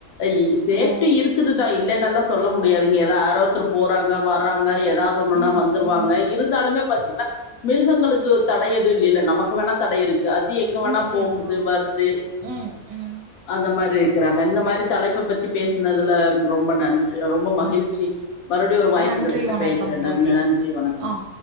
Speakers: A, on the left; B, on the right.
A: இ சேஃப்டி
B: ஓ!
A: இருக்குதுதா இல்லேனெல்லா சொல்ல முடியாதுங்க ஏதா ஆரோ ஒருத்தரு போறாங்க வர்றாங்க ஏதாவது ஒன்னுன்னா
B: ம்,
A: வந்துருவாங்க
B: ம்.
A: இருந்தாலுமே பத் மிருகங்களுக்கு தடைய யேது இல்லல்ல நமக்கு வேணா தடை இருக்கு அது எங்க வேணா
B: நிச்சயமா.
A: போகுது வருது
B: ம், ம்.
A: அந்த மாரி இருக்கிறாங்க இந்த மாரி தலைப்ப பத்தி பேச னதுல ரொம்ப நன்றி ரொம்ப மகிழ்ச்சி மறுபடியு ஒரு வாய்ப்பு
B: நன்றி,
A: கிடைச்சா
B: வணக்கம்
A: பேசுறேன் நன்
B: தோழி.
A: நன்றி வணக்கம்
B: ஆ.